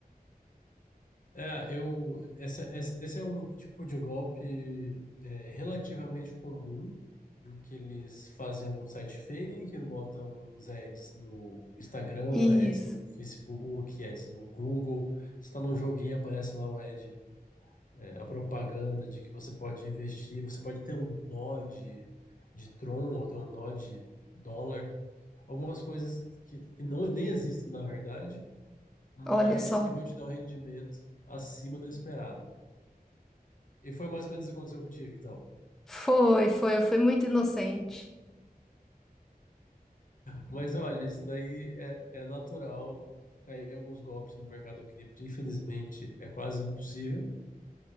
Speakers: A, on the left (about 60°); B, in the centre.
A: É, eu, essa, essa- esse é um tipo de golpe é, relativamente comum, em que eles fazem algum site fake, botam uns ads no Instagram,
B: Isso.
A: ads no Facebook, ads no Google. Você está num joguinho, aparece lá o ad é, a propaganda de que você pode investir, você pode ter um nó de, de Tron ou ter um nó de dólar, algumas coisas que, que não, nem existem na verdade, mas
B: Olha só.
A: que vão te dar um rendimento acima do esperado. E foi mais ou menos isso que aconteceu contigo, então.
B: Foi, foi, eu fui muito inocente.
A: Mas olha, isso daí é, é natural cair alguns golpes no mercado cripto, infelizmente é quase impossível,